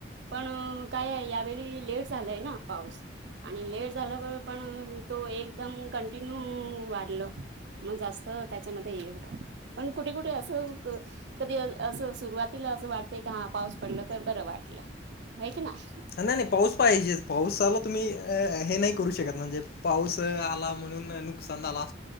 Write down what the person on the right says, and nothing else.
पण अ काय आहे, यावेळी लेट झालाय ना पाऊस. आणि लेट झाल्यावर पण तो एकदम कंटिन्यू वाढलं. मग जास्त त्याच्यामध्ये ये <unintelligible> पण कुठे कुठे असं कधी असं सुरुवातीला असं वाटतंय की हा पाऊस पडल तर बरं वाटलं. आहे की नाय?